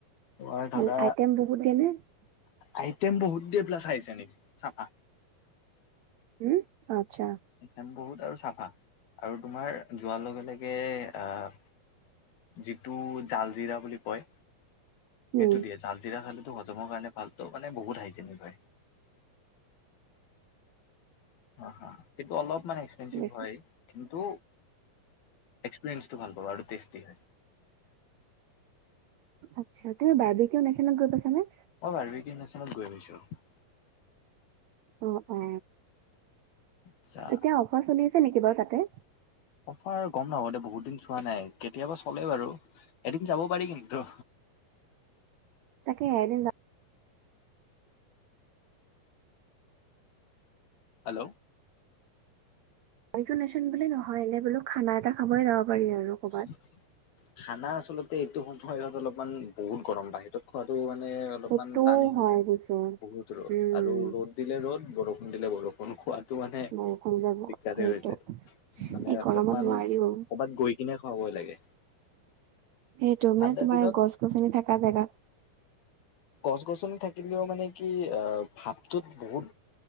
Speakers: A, on the left; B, on the right.
A: তোমাৰ
B: <unintelligible>
A: ধৰা আইটেম বহুত <unintelligible>
B: উম আচ্ছা।
A: একদম বহুত আৰু চাফা। আৰু তোমাৰ যোৱাৰ লগে লগে আহ যিটো জাল জিৰা বুলি কয়
B: উম,
A: সেইটো দিয়ে। জাল জিৰা খালে হজমৰ কাৰণে ভালতো মানে বহুত হাইজেনিক হয়। অহ অহ সেইটো অলপ মানে এক্সপেনঞ্চিভ
B: বেছি
A: হয়। কিন্তু এক্সপৰিয়েসটো ভাল পাবা আৰু টেষ্টি হয়।
B: আচ্চা তুমি বাৰ্বি কিয় নেশ্যনেল গ্ৰুপ পাইছা নে?
A: অ বাৰ্বি কিয় নেশ্যনেলত গৈ পাইছো।
B: অ অ।
A: আচ্ছা
B: এতিয়া অফাৰ চলি আছে নেকি বাৰু তাতে?
A: অফাৰ আৰু গম নাপাব দে বহুত দিন চোৱা নাই। কেতিয়াবা চলে বাৰু। এদিন যাব পাৰি কিন্তু।
B: তাকে এদিন যা
A: হেল্ল।
B: <unintelligible> বুলি নহয় এনে বোলো খানা এটা খাবই যাব পাৰি আৰু।
A: <unintelligible>
B: ক'ৰবাত।
A: খানা আচলতে এইটো সময় অলপমান বহুত গৰম বাহিৰত খোৱাতটো মানে অলপমান
B: সেইটোও
A: টানে হৈ
B: হয়
A: যায়,
B: পিছে।
A: বহুত ৰ'দ।
B: উম,
A: আৰু ৰ'দ দিলে ৰ'দ বৰষুণ দিলে বৰষুণ খোৱা টো মানে
B: বৰষুণ যাব
A: দিগদাৰে
B: সেইটো
A: হৈছে। মানে
B: এই
A: অলপমান
B: গৰমত নোৱাৰিও।
A: কৰ'বাত গৈ <unintelligible>
B: সেইটো
A: ঠাণ্ডা
B: মানে তোমাৰ
A: দিনত
B: গছ গছনি থকা জেগাত
A: গছ-গছনি থাকিলেও মানে কি অ ভাৱটোত বহুত